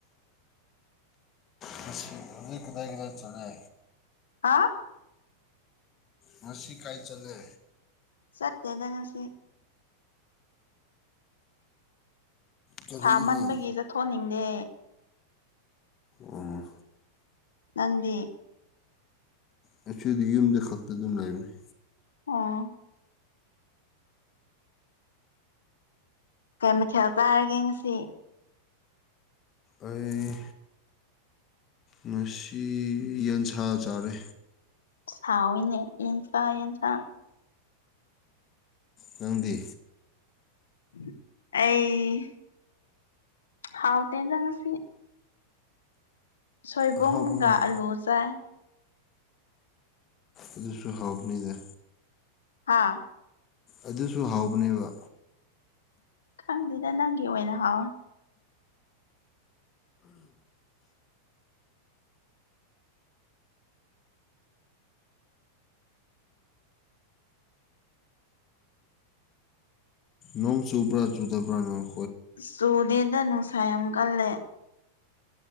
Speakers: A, on the left; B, on the left.
A: ꯉꯁꯤ ꯀꯗꯥꯏ ꯀꯗꯥꯏ ꯀꯗꯥꯏ ꯆꯠꯂꯦ
B: ꯍꯥ
A: ꯉꯁꯤ ꯀꯥꯏ ꯆꯠꯂꯦ
B: ꯆꯠꯇꯦꯗ ꯉꯁꯤ
A: ꯀꯔꯤꯒꯤ
B: ꯁꯥꯃꯟꯕꯒꯤ ꯆꯠꯊꯣꯛꯅꯤꯡꯗꯦ
A: ꯎꯝ
B: ꯅꯪꯗꯤ
A: ꯉꯁꯤꯗꯤ ꯌꯨꯝꯗ ꯈꯛꯇ ꯑꯗꯨꯝ ꯂꯩꯕꯅꯤ
B: ꯑꯣ ꯀꯩ ꯃꯊꯦꯜ ꯆꯥꯔꯒꯦ ꯉꯁꯤ
A: ꯑꯩ ꯉꯁꯤ ꯌꯦꯟꯁꯥ ꯆꯥꯔꯦ
B: ꯍꯥꯎꯏꯅꯦ ꯌꯦꯟꯁꯥ ꯌꯦꯟꯁꯥ
A: ꯅꯪꯗꯤ
B: ꯑꯩ ꯍꯥꯎꯇꯦꯗ ꯉꯁꯤ ꯁꯣꯏꯕꯨꯝꯒ
A: ꯑꯍꯥꯎꯕ ꯉꯥꯛ
B: ꯑꯂꯨ ꯆꯥꯏ
A: ꯑꯗꯨꯁꯨ ꯍꯥꯎꯕꯅꯤꯗ
B: ꯍꯥꯥ
A: ꯑꯗꯨꯁꯨ ꯍꯥꯎꯕꯅꯦꯕ
B: ꯈꯪꯗꯦꯗ ꯅꯪꯒꯤ ꯑꯣꯏꯅ ꯍꯥꯎꯋꯦ
A: ꯅꯣꯡ ꯆꯨꯕ꯭ꯔꯥ ꯆꯨꯗꯕ꯭ꯔꯥ ꯅꫭꯡ
B: ꯆꯨꯗꯦꯗ ꯅꯨꯡꯁꯥ ꯌꯥꯝ ꯀꯜꯂꯦ